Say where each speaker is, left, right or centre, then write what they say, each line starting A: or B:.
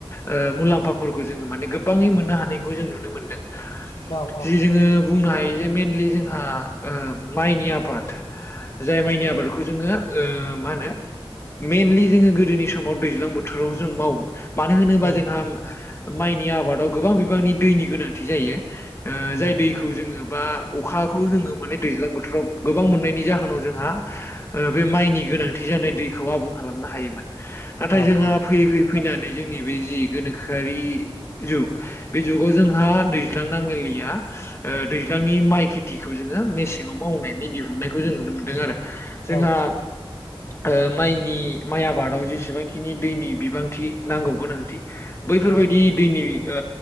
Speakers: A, on the left; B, on the left.
A: ओ मुलाम्फाफोरखौ जोंङो माने गोबाङै मोननो हानायखौ जों नुनो मोनदों। जि
B: औ
A: जोंङो बुंनो हायो जे मेइनलि जोंहा ओ माइनि आबाद। जाय माइनि आबादखौ जोंङो ओ मा होनो मेनलि जोंङो गोदोनि समाव दैज्लां बोथोराव जों मावो। मानो होनोबा
B: औ
A: जोंहा माइनि आबादाव गोबां बिबांनि दैनि गोनांथि जायो। ओ
B: नंगौ
A: जाय दैखौ जोंङो बा अखाखौ जोंङो माने दैज्लां बोथोराव फोराव गोबां मोननायनि जाहोनाव जोंहा ओ बे माइनि गोनांथि जानाय दैखौ आबुं खालामनो हायोमोन नाथाय
B: औ
A: जोंहा
B: औ
A: फैयै फैयै फैनानै जोंनि बे जि गोनोखोआरि जुग बे जुगाव जोंहा दैज्लां नांलाय लाया ओ दैज्लांनि माइ खेथिखौ जोंङो मेसें मावनायनि दिहुननायखौ जों नुनो मोनदों आरो जोंहा
B: औ
A: ओ माइनि माइ आबादाव जेसेबांखिनि दैनि बिबांथि नांगौ गोनांथि बैफोर
B: औ
A: बायदि दैनि ओ